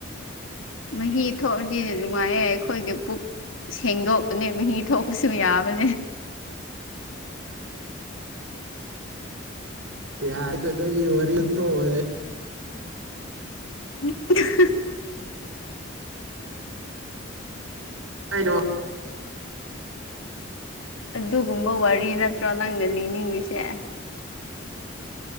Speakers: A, on the left; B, on the right.
A: ꯃꯍꯤ ꯊꯣꯛꯑꯁꯤꯗꯤ ꯅꯨꯡꯉꯥꯏꯌꯦꯦ ꯑꯩꯈꯣꯏꯗꯤ ꯄꯨꯛ ꯁꯦꯡꯗꯣꯛꯄꯅꯦꯕ ꯃꯍꯤ ꯊꯣꯛꯄꯁꯨ ꯌꯥꯕꯅꯦ
B: ꯌꯥꯏꯗꯗꯧꯒꯤ ꯋꯥꯔꯤ ꯇꯣꯛꯑꯁꯦ
A: ꯎ
B: ꯍꯥꯏꯩꯅꯣ
A: ꯑꯗꯨꯒꯨꯝꯕ ꯋꯥꯔꯤ ꯅꯠꯇ꯭ꯔꯣ ꯅꯪꯅ ꯂꯤꯅꯤꯡꯉꯤꯁꯦ